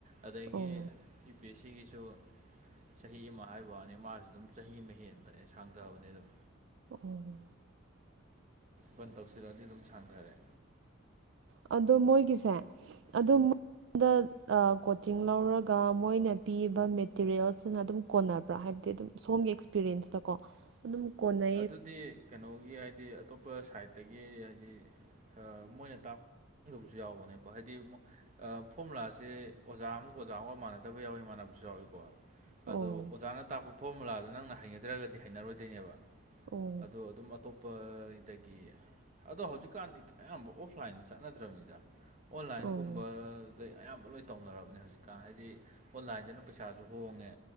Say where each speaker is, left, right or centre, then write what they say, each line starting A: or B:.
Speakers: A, on the right; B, on the right.
A: ꯑꯗꯒꯤ
B: ꯑꯣ
A: ꯤ ꯑꯦ ꯁꯤꯒꯤꯁꯨ ꯆꯍꯤ ꯑꯃ ꯍꯥꯏꯕꯅꯤ ꯃꯥꯁꯨ ꯑꯗꯨꯝ ꯆꯍꯤ ꯑꯃ ꯍꯦꯟꯕꯅꯦ ꯁꯥꯡꯊꯕꯅꯦ ꯑꯗꯨꯝ
B: ꯎꯝ
A: ꯕꯟ ꯇꯧꯁꯤꯔꯛꯑꯗꯤ ꯑꯗꯨꯝ ꯁꯥꯡꯊꯔꯦ
B: ꯑꯣ ꯃꯣꯏꯒꯤꯁꯦ ꯑ ꯑꯩꯉꯣꯟꯗ
A: ꯎꯝ
B: ꯀꯣꯆꯤꯡ ꯂꯧꯔꯒ ꯃꯣꯏꯅ ꯄꯤꯕ ꯃꯦꯇꯤꯔꯤꯌꯦꯜꯁꯤꯅ ꯑꯗꯨꯝ ꯀꯣꯟꯅꯕ꯭ꯔꯥ ꯍꯥꯏꯕꯗꯤ ꯑꯗꯨꯝ ꯁꯣꯝꯒꯤ ꯑꯦꯛꯁꯄꯤꯔꯦꯟꯁꯇꯀꯣ ꯑꯗꯨ ꯀꯣꯟꯅ
A: ꯑꯗꯨꯗꯤ ꯀꯩꯅꯣꯒꯤ ꯍꯥꯏꯗꯤ ꯑꯇꯣꯞꯄ ꯁꯥꯏꯠꯇꯒꯤ ꯍꯥꯏꯗꯤ ꯃꯣꯏꯅ ꯇꯥꯛꯄ ꯈꯪꯗꯕꯁꯨ ꯌꯥꯎꯕꯅꯦꯀꯣ ꯍꯥꯏꯗꯤ ꯑꯃꯨ ꯐꯣꯔꯃꯨꯂꯥꯁꯦ ꯑꯣꯖꯥ ꯑꯃꯨꯛ ꯑꯣꯖꯥ ꯑꯃꯒ ꯃꯥꯟꯅꯗꯕ ꯌꯥꯎꯏꯤ ꯃꯥꯟꯅꯕꯁꯨ ꯌꯥꯎꯏꯀꯣ
B: ꯑꯣ
A: ꯑꯗꯣ ꯑꯣꯖꯥꯅ ꯇꯥꯛꯄ ꯐꯣꯔꯃꯨꯂꯥꯗ ꯅꯪꯅ ꯍꯩꯅꯗ꯭ꯔꯒꯗꯤ ꯍꯩꯅꯔꯣꯏꯗꯣꯏꯅꯦꯕ
B: ꯑꯣ
A: ꯑꯗꯣ ꯑꯗꯨꯝ ꯑꯇꯣꯞꯄꯗꯒꯤ ꯑꯗꯣ ꯍꯧꯖꯤꯛꯀꯥꯟꯗꯤ ꯑꯌꯥꯝꯕ ꯑꯣꯐꯂꯥꯏꯟꯗ ꯆꯠꯅꯗ꯭ꯔꯕꯅꯤꯗ ꯑꯣꯟꯂꯥꯏꯟꯒꯨꯝꯕꯗꯩ
B: ꯑꯣ
A: ꯑꯌꯥꯝꯕ ꯂꯣꯏ ꯇꯧꯅꯔꯕꯅꯦ ꯍꯧꯖꯤꯛꯀꯥꯟ ꯍꯥꯏꯗꯤ ꯑꯣꯟꯂꯥꯏꯟꯗꯅ ꯄꯩꯁꯥꯁꯨ ꯍꯣꯡꯉꯦ